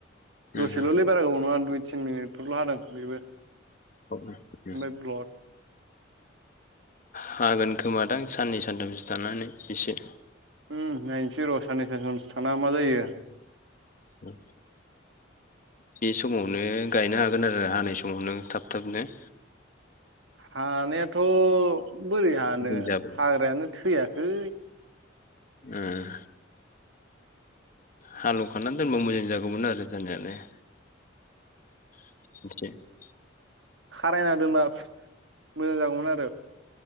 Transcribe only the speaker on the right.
दसेल' लै बारा गोबाव नङा दुइ तिन मिनिटफोरल' हादों बेबो।
ओमफ्राय ब्ल'द।
उम नायनोसै र' साननै सानथामसो थाना मा जायो।
हानायाथ' बोरै हानो
हाग्रायानो थैयाखै।
खारायना दोनबा मोजां जागौमोन आरो।